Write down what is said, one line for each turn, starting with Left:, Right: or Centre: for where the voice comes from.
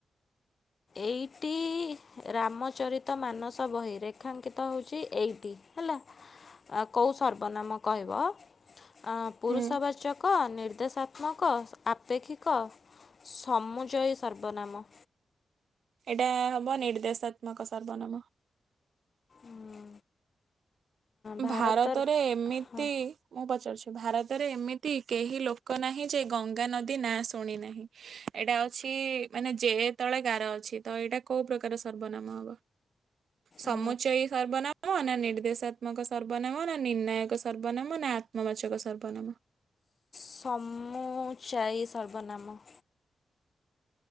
Left: ଏଇଟି ରାମଚରିତ ମାନସ ବହି ରେଖାଙ୍କିତ ହଉଚି ଏଇଟି ହେଲା। ଆ କୋଉ ସର୍ବନାମ କହିବ ଆଁ ଆଁ ପୁରୁଷବାଚ
Right: ହୁଁ।
Left: କ ନିର୍ଦ୍ଦେଶାତ୍ମକ ଆପେକ୍ଷିକ ସମୁଜୟୀ ସର୍ବନାମ।
Right: ଏଇଟା ହବ ନିର୍ଦ୍ଦେଶାତ୍ମକ ସର୍ବନାମ।
Left: ଉଁ ଭାରତର
Right: ଭାରତରେ ଏମିତି।
Left: ହଁ
Right: ମୁଁ ପଚାରୁଛି ଭାରତରେ ଏମିତି କେହି ଲୋକ ନାହିଁ ଯେ ଗଙ୍ଗା ନଦୀ ନାଁ ଶୁଣି ନାହିଁ। ଏଇଟା ଅଛି ମାନେ ଯେ ତଳେ ଗାର ଅଛି ତ ଏଇଟା କୋଉ ପ୍ରକାର ସର୍ବନାମ ହବ? ସମୁଚୟୀ
Left: ଉଁ
Right: ସର୍ବନାମ ନା ନିର୍ଦ୍ଦେଶା ତ୍ମକ ସର୍ବନାମ ନା ନିର୍ଣ୍ଣାୟକ ସର୍ବନାମ ନା ଆତ୍ମବାଚକ ସର୍ବନାମ।
Left: ସମୁଚାଇ ସର୍ବନାମ।